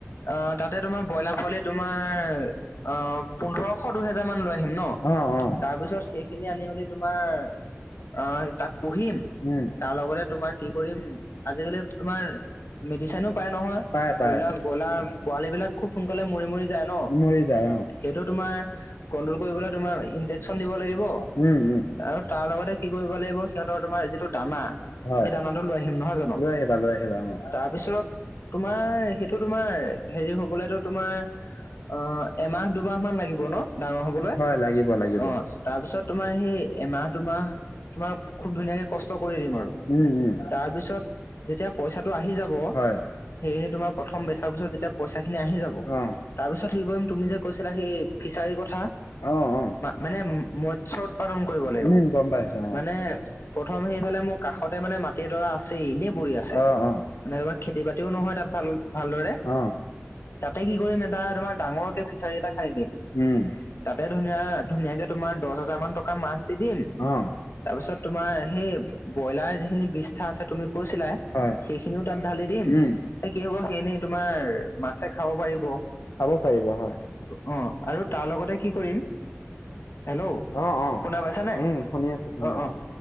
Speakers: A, on the left; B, on the left.
A: অ তাতে তোমাৰ ব্ৰইলাৰ পোৱালি তোমাৰ অ পোন্ধৰ শ, দুইহেজাৰ মান লৈ আহিম ন?
B: অ অ।
A: তাৰপিছত সেইখিনি আনি মেলি তোমাৰ আ, তাত পুহিম
B: উম
A: তাৰ লগতে তোমাৰ কি কৰিম, আজিকালি তোমাৰ মেডিচিনো পাই নহয়
B: পায় পায়।
A: ধৰি লোৱা, বইলা পোৱালী বিলাক খুব সোনকালে মৰি মৰি যায় ন?
B: মৰি যায় অ
A: সেইটো তোমাৰ কণ্ট্ৰল কৰিব তোমাৰ ইনজেকচন দিব লাগিব,
B: উম উম
A: আৰু তাৰ লগতে কি কৰিব লাগিব, সিহঁতৰ তোমাৰ যিটো দানা
B: হয়।
A: সেই দানাটো লৈ আহিম নহয় জানো?
B: লৈ আহিবা লৈ আহিবা অ
A: তাৰপিছত - তোমাৰ সেইটো তোমাৰ হেৰি হৈ গলেতো তোমাৰ অ এমাহ দুমাহ মান লাগিব ন ডাঙৰ হবলৈ?
B: হয় লাগিব লাগিব
A: অ তাৰপিছত তোমাৰ সেই, এমাহ দুমাহ তোমাক খুব ধুনীয়াকে কষ্ট কৰি দিম আৰু।
B: উম উম।
A: তাৰপিছত যেতিয়া পইচাটো আহি যাব,
B: হয়
A: সেইয়েহে তোমাৰ প্ৰথম বেচাৰ পিছত যেতিয়া পইচা খিনি আহি যাব,
B: অ
A: তাৰ পিছত কি কৰিম তুমি যে কৈছিলা সেই ফিচাৰী কথা?
B: অ অ।
A: মানে ম মৎস্য উৎপাদন কৰিব লাগিব,
B: উম গম পাইছো অ।
A: মানে প্ৰথম সেইফালে মোৰ কাষতে মানে মাটিডৰা আছেই, এনেই পৰি আছে।
B: অ অ
A: নাইবা খেতি বাতিও নহয় তাত ভাল ভালদৰে,
B: অ
A: তাতে কি কৰিম এটা তোমাৰ ডাঙৰকে ফিচাৰী এটা খান্দি দিম,
B: উম।
A: তাতে ধুনীয়া ধুনীয়াকে তোমাৰ দহ হাজাৰ মান টকাৰ মাছ দি দিম,
B: অ
A: তাৰপিছত তোমাৰ সেই ব্ৰইলাৰ যিখিনি বিষ্ঠা আছে তুমি কৈছিলাই,
B: হয়
A: সেইখিনিও তাত ঢালি দিম,
B: উম
A: এ কি হব, সেইখিনি তোমাৰ মাছে খাব পাৰিব।
B: খাব পাৰিব হয়।
A: অ, আৰু তাৰ লগতে কি কৰিম হেল্ল'
B: অ অ।
A: শুনা পাইছানে?
B: উম শুনি আছো শুনি
A: অ
B: আছো
A: অ।